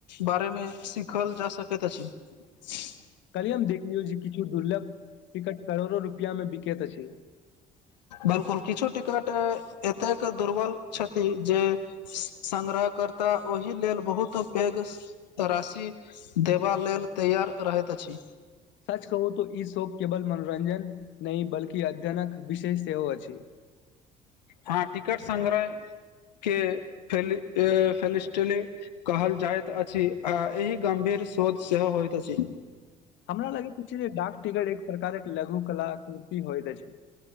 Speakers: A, on the left; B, on the left.
A: बारेमे सीखल जा सकैत अछि <unintelligible> <inaudible>
B: कलि हम देखलियौ जे किछु दुर्लभ टिकट करोड़ो रुपआ मे बिकेत अछि
A: बलकुल किछु टिकट एतेक दुर्बल छथि जे संग्रह करता ओहि लेल बहुत पैघ तराशि देबा लेल तैयार रहैत अछि
B: सच कहू त ई शोक केबल मन मनोरञ्जन नहि बल्कि अध्ययनक विशेष सेहो अछि।
A: हँ टिकट सग्रह केफेली फेलिस्टल कहल जाइत अछि आ एहि गम्भीर शोध सेहो होइत अछि
B: हमरा लगैत अछि जे डाक टिकट एक प्रकारक लघु कला कुर्ति होइत अछी